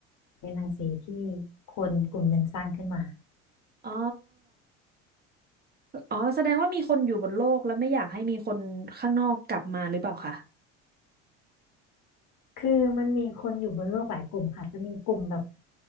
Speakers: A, on the left; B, on the right.
A: เป็นรังสีที่คนกลุ่มหนึ่งสร้างขึ้นมา
B: อ๋ออ๋อแสดงว่ามีคนอยู่บนโลกแล้วไม่อยากให้มีคนข้างนอกกลับมาหรือเปล่าคะ
A: คือมันมีคนอยู่บนโลกหลายกลุ่มค่ะจะมีกลุ่มแบบ